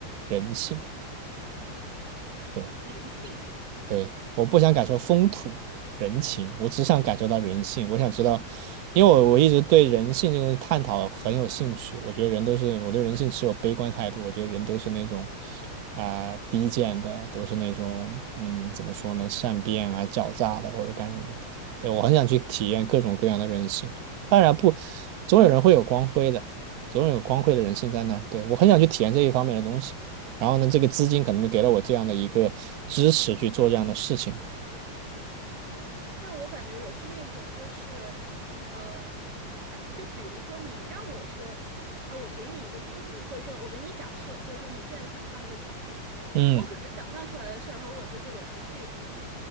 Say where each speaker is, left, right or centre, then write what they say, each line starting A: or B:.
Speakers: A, on the right; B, on the right.
A: 人性。对。
B: 人性。
A: 对，我不想感受风土人情，我只想感受到人性。我想知道，因为我我一直对人性这种探讨很有兴趣。我觉得人都是，我对人性持有悲观态度。我觉得人都是那种啊、低贱的，都是那种嗯怎么说呢，善变啊、狡诈的或者干什么的。对，我很想去体验各种各样的人性。当然不，总有人会有光辉的，总有光辉的人性在那儿。对，我很想去体验这一方面的东西。然后呢，这个资金可能就给了我这样的一个支持去做这样的事情吧。
B: 但我感觉我是那种，就是，呃，就比如说你让我说啊，我给你一个比如，或者说我给你假设，或者说你现在想象一个场景，
A: 嗯
B: 我可能想象出来的事儿和我就是我实际